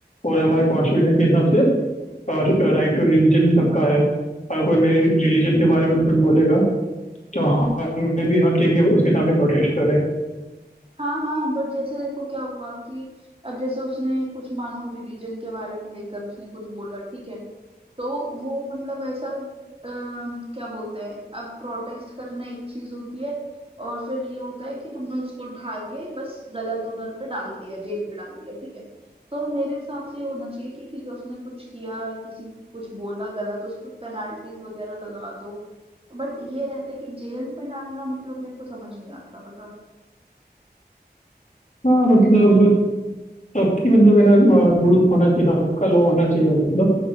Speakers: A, on the left; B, on the right.
A: और हमारे कॉन्स्टिट्यूशन के हिसाब से राइट टू रिलीजन भी सबका है अगर कोई मेरे रिलीजन के बारे में कुछ बोलेगा तो हमें भी हक है कि उसके सामने प्रोटेस्ट करें
B: हाँ हाँ बट जैसे देखो क्या हुआ कि अब जैसे उसने कुछ मानो रिलीजन के बारे में लेकर उसने कुछ बोला ठीक है तो वो मतलब ऐसा अम, क्या बोलते हैं अब प्रोटेस्ट करना एक चीज होती है और फिर ये होता है कि तुमने उसको ढा के बस गलत उधर पे डाल दिया जेल पे डाल दिया ठीक है तो मेरे हिसाब से ये होना चाहिए कि ठीक है उसने कुछ किया किसी कुछ बोला गलत उस पर पेनाल्टीज वगैरह लगा दो बट ये रहता है कि जेल में डालना मतलब मेरे को समझ नहीं आता पता
A: हाँ मतलब सबकी मतलब है ना रूल होना चाहिए सबका लॉ होना चाहिए मतलब